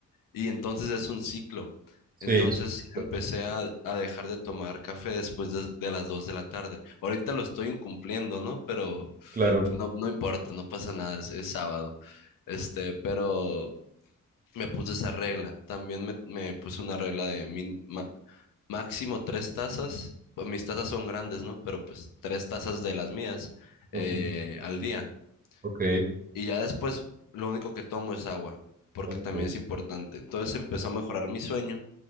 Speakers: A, on the left; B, on the right.
A: Y entonces es un ciclo.
B: sí,
A: Entonces
B: es un ciclo.
A: empecé a, a dejar de tomar café después de, de las 2 de la tarde. Ahorita lo estoy incumpliendo, ¿no? Pero
B: Claro.
A: pues, no, no importa, no pasa nada, es, es sábado. Este, pero me puse esa regla. También me, me puse una regla de min- ma- máximo tres tazas. Pues mis tazas son grandes, ¿no? Pero pues tres tazas de las mías
B: Ok,
A: eh, al día.
B: ok,
A: En- Y ya después lo único que tomo es agua, porque
B: ok.
A: también es importante. Entonces empezó a mejorar mi sueño.